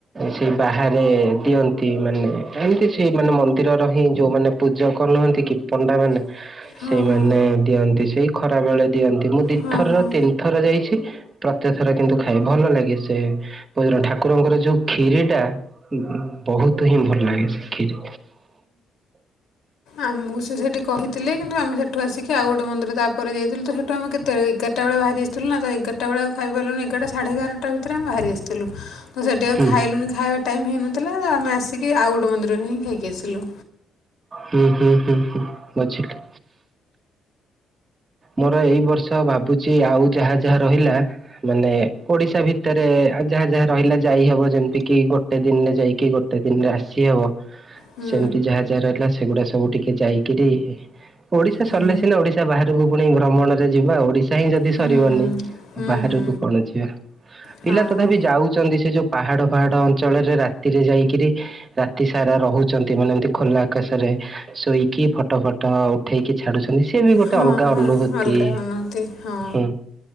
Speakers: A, on the right; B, on the left.
A: ସେ ବାହାରେ ଦିଅନ୍ତି। ମାନେ ଏମିତି ସେଇ ମାନେ ମନ୍ଦିରର ହିଁ ଯୋଉମାନେ ପୂଜକ ନୁହନ୍ତି କି ପଣ୍ଡା ମାନେ
B: ହଁ
A: ସେଇମାନେ
B: ହଁ
A: ଦିଅନ୍ତି ସେଇ ଖରା ବେଳେ ଦିଅନ୍ତି ମୁଁ ଦିଥରର
B: ହଁ ହଁ
A: ତିନିଥର ଯାଇଛି। ପ୍ରତେକ ଥର କିନ୍ତୁ ଖାଏ ଭଲ ଲାଗେ ସେ ଭଜ ଠାକୁରଙ୍କର ଯେଉ କ୍ଷିରିଟା ବହୁତ ହିଁ ଭଲ ଲାଗେ ସେ ଖିରି।
B: ଆମକୁ ସେ ସେଠି କହିଥିଲେ କିନ୍ତୁ ଆମେ ସେଠୁ ଆସିକି ଆଉ ଗୋଟେ ମନ୍ଦିର ତାପରେ ଯାଇଥିଲୁ ତ ସେଠୁ ଆମେ କେତେବେଳେ ଏଗାରଟା ବେଳେ ବାହାରି ଆସିଥିଲୁ ନା ତ ଏଗାରଟା ଆଉ ଖାଇାରିଲୁ ଏଗାରଟା ସାଢ଼େ ଏଗାରଟା ଭିତରେମେ ବାହାରି ଆସିଥିଲୁ। ତ ସେଠି ଆଉ
A: ହୁଁ
B: ଖାଇଲୁନି ଖାଇବା ଟାଇମ୍ ହେଇନଥିଲା ଆମେ ଆସିକ ଆଉ ଗୋଟ ମନ୍ଦିରରେ ହିଁ ଖାଇକି ଆସିଲୁ।
A: ହୁଁ ହୁଁ ହୁଁ ହୁଁ ବଝିଲି। ମୋର ଏଇ ବର୍ଷ ଭାବୁଛି ଆଉ ଯାହା ଯାହା ରହିଲା ମାନେ ଓଡ଼ିଶା ଭିତରେ ଯାହା ଯାହା ରହିଲା ଯାଇହବ ଯେମିତିକି ଗୋଟେ ଦିନରେ ଯାଇକି ଗୋଟେ ଦିନରେ ଆସିହବ।
B: ହୁଁ
A: ସେମିତି ଯାହା ଯାହା ରହିଲା ସେଗୁଡା ସବୁ ଟିକେ ଯାଇକିରି ଓଡିଶା
B: ହୁଁ
A: ସରିଲେ ସିନା ଓଡିଶା ବାହାରକୁ ପୁଣି ଭ୍ରମଣରେ ଯିବା ଓଡିଶା ଚାହିଁ ଯଦି
B: ହୁଁ
A: ସରିବନି
B: ହୁଁ
A: ବାହାରକୁ
B: ହୁଁ
A: କଣ ଯିବା।
B: ହଁ
A: ପିଲା ତଥାପି ଯାଉଛନ୍ତି ସେ ଯୋଉ ପାହାଡ ପାହାଡ ଅଞ୍ଚଳରେ ରାତିରେ ଯାଇକରି ରାତି ସାରା ରହୁଛନ୍ତି ମାନେ ଏମିତି ଖୋଲା ଆକାଶରେ ଶୋଇକି ଫଟୋ ଫଟ ଉଠେଇକି ଛାଡୁଛନ୍ତି ସେ ବି ଗୋଟେ
B: ହଁ
A: ଅଲଗା
B: ହଁ
A: ଅନୁଭୂତି
B: ହଲଗାଇ ନତି ହଁ।
A: ହୁଁ